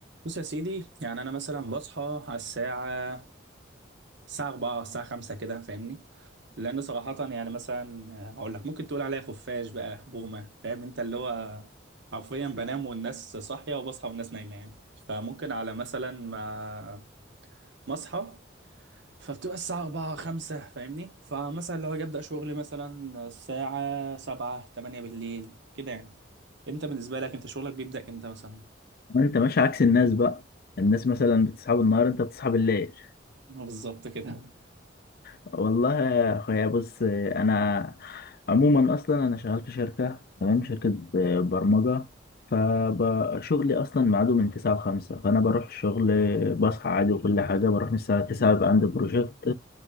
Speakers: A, on the right; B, on the left.
A: بص يا سيدي يعني انا مثلا بصحى على الساعه الساعه 4 الساعه 5 كده فاهمني لان صراحه يعني مثلا آه، هقول لك ممكن تقول عليا خفاش بقى بومه فاهم انت اللي هو حرفيا بنام والناس صاحيه وبصحى والناس نايمه يعني فممكن على مثلا ما ما اصحى فبتبقى الساعه 4 5 فاهمني فمثلا لو هاجي ابدا شغلي مثلا الساعه 7 8 بالليل كده يعني انت بالنسبه لك انت شغلك بيبدا امتى مثلا
B: انت ماشي عكس الناس بقى الناس مثلا بتصحى بالنهار انت بتصحى بالليل
A: بالظبط كده
B: والله يا اخويا بص انا عموما اصلا انا شغال في شركه تمام شركه ب- برمجه فشغلي اصلا ميعاده من 9 ل 5 فانا بروح الشغل بصحى عادي وكل حاجه بروح من الساعه 9 بقى عندي بروجكت